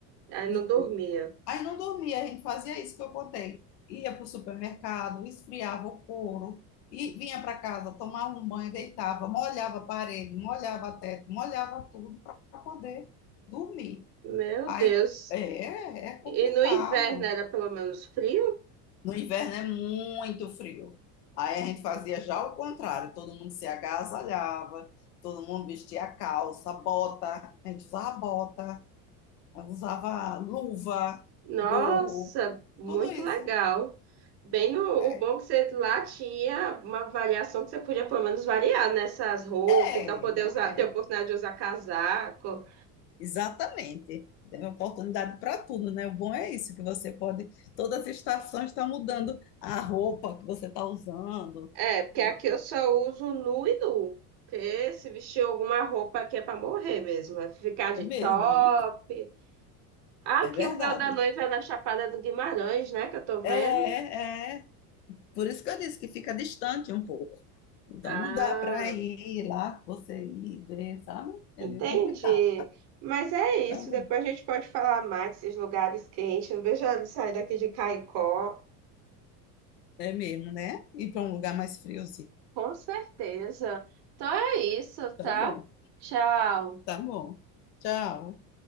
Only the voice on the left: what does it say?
E
Aí não dormia, a gente fazia isso que eu contei. Ia para o supermercado, esfriava o couro, e vinha para casa, tomava um banho, deitava, molhava a parede, molhava teto, molhava tudo para poder dormir.
Aí
é, é complicado.
No inverno é muito frio. Aí a gente fazia já o contrário, todo mundo se agasalhava, todo mundo vestia calça, bota, a gente usava bota. usava luva,
gorro,
tudo isso.
É,
é,
Exatamente. Tem oportunidade para tudo, né? O bom é isso, que você pode. Todas as estações estão mudando a roupa que você está usando.
E
é mesmo,
né?
É verdade.
É, é. Por isso que eu disse que fica distante um pouco. Então
não dá para ir lá, você ir ver, sabe? É
meio complicado.
Tá bom.
É mesmo, né? Ir para um lugar mais friozinho.
Tá bom.
Tá bom. Tchau.